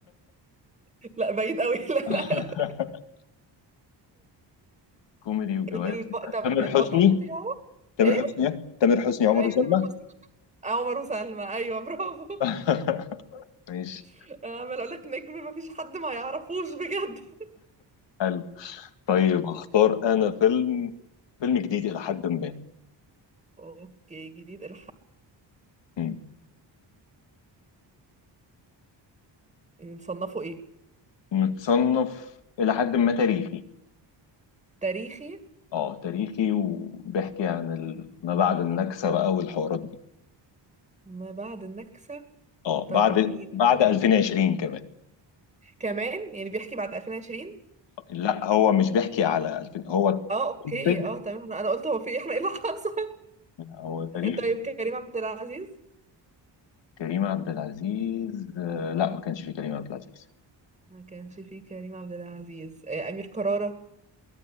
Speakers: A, on the right (about 15°); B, on the left (about 70°).
A: <laughs> لا بعيد قوي <laughs> لا
B: <laughs>
A: لا
B: كوميدي وجواز
A: الب... طب
B: تامر
A: البطل
B: حسني
A: بتاعه
B: تامر
A: ايه
B: حسني إيه؟ تامر حسني عمر
A: ايوه
B: وسلمى
A: تامر حسني أه، عمر وسلمى ايوه برافو
B: <laughs> ماشي
A: <laughs> انا عمال اقول لك نجم ما فيش حد ما يعرفوش بجد <laughs>
B: حلو طيب هختار انا فيلم فيلم جديد الى حد ما
A: اوكي جديد الحق
B: مم.
A: نصنفه ايه
B: متصنف الى حد ما تاريخي
A: تاريخي
B: اه تاريخي وبيحكي عن ال... ما بعد النكسة بقى والحوارات دي
A: ما بعد النكسة
B: اه
A: طب
B: بعد
A: مين
B: بعد 2020 كمان
A: كمان يعني بيحكي بعد 2020
B: لا هو مش بيحكي على 2000 هو
A: اه اوكي
B: منتج
A: اه تمام انا أنا قلت هو في إيه؟ <laughs> احنا ايه اللي حصل
B: هو تاريخ
A: <laughs> طيب كريم عبد العزيز
B: كريم عبد العزيز آه، لا ما كانش في كريم عبد العزيز
A: ما كانش فيه كريم عبد العزيز آه، امير كرارة